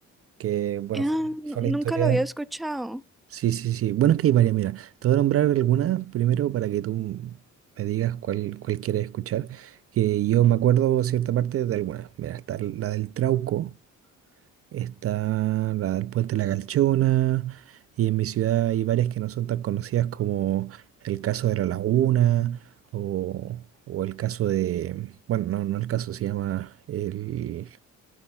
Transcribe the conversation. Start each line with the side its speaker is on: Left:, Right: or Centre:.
Right: que, bueno,
Centre: Ah,
Right: fue,
Centre: nu-
Right: fue la historia.
Centre: nunca lo había escuchado.
Right: Sí, sí, sí. Bueno, es que hay varias. Mira, te voy a nombrar algunas primero para que tú me digas cuál, cuál quieres escuchar, que yo me acuerdo cierta parte de algunas. Mira, está la del Trauco, está la, el puente La Calchona, y en mi ciudad hay varias que no son tan conocidas como el caso de La Laguna o, o el caso de, bueno, no, no el caso, se llama el,